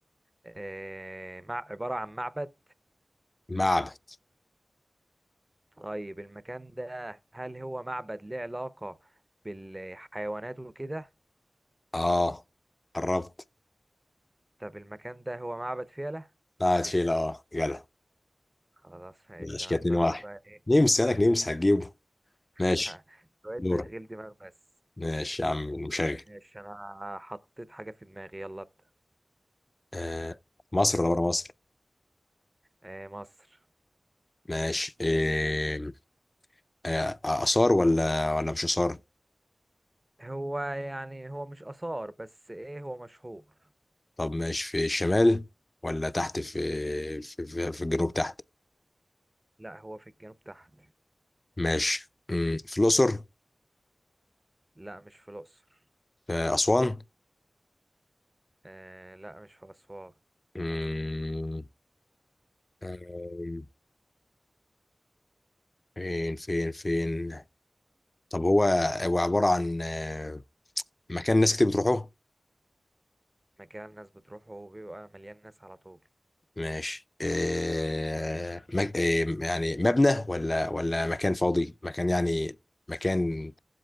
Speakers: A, on the right; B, on the left.
A: آه، مع عبارة عن معبد
B: معبد
A: طيب المكان ده هل هو معبد ليه علاقة بالحيوانات وكده
B: اه قربت
A: طب المكان ده هو معبد فيلة
B: قاعد فيلا اه جدع
A: خلاص ماشي
B: ماشي
A: هختار
B: كده اتنين واحد
A: أنا بقى إيه
B: نمسح لك نمسح هتجيبه
A: <laughs>
B: ماشي
A: شوية
B: دور
A: تشغيل دماغ بس
B: ماشي يا عم المشغل
A: ماشي أنا حطيت حاجة في دماغي يلا ابدأ
B: آه مصر ولا بره مصر؟
A: آه، مصر
B: ماشي آه، آه، آثار ولا ولا مش آثار
A: هو يعني هو مش آثار بس ايه هو مشهور
B: طب ماشي في الشمال ولا تحت في في في, في الجنوب تحت
A: لا هو في الجنوب تحت
B: ماشي مم، في الأقصر
A: لا مش في الأقصر
B: في أسوان
A: آه لا مش في أسوان
B: مم، آم، فين فين فين طب هو هو عبارة عن آه، مكان ناس كتير بتروحوه
A: مكان الناس بتروحه وبيبقى مليان ناس على طول
B: ماشي آه، مك- آه، يعني مبنى ولا ولا مكان فاضي مكان يعني مكان